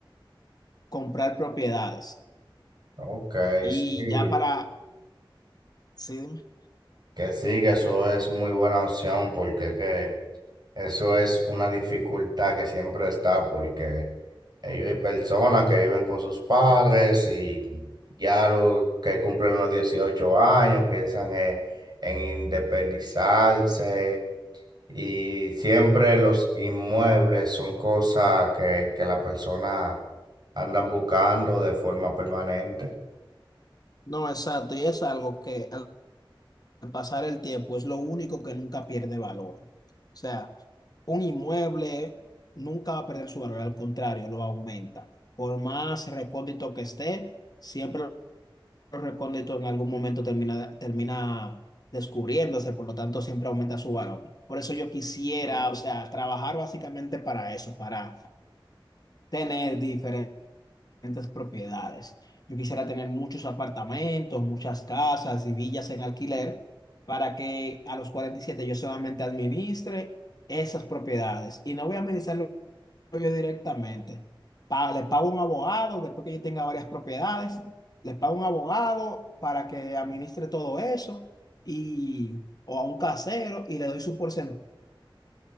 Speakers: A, on the left (about 45°); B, on the right (about 50°).
A: comprar propiedades.
B: Ok,
A: Y
B: sí.
A: ya para, sí, dime.
B: Que sí, que eso es muy buena opción porque que eso es una dificultad que siempre está porque ellos hay personas que viven con sus padres y ya los que cumplen los 18 años piensan eh, en independizarse y siempre los inmuebles son cosas que, que la persona andan buscando de forma permanente.
A: No, exacto, y es algo que al al pasar el tiempo es lo único que nunca pierde valor. O sea, un inmueble nunca va a perder su valor, al contrario, lo aumenta. Por más recóndito que esté, siempre recóndito en algún momento termina, termina descubriéndose, por lo tanto siempre aumenta su valor. Por eso yo quisiera, o sea, trabajar básicamente para eso, para tener diferentes propiedades. Yo quisiera tener muchos apartamentos, muchas casas y villas en alquiler para que a los 47 yo solamente administre esas propiedades. Y no voy a administrar yo directamente. Pa- le pago un abogado, después que yo tenga varias propiedades, le pago un abogado para que administre todo eso y, o a un casero y le doy su porcentaje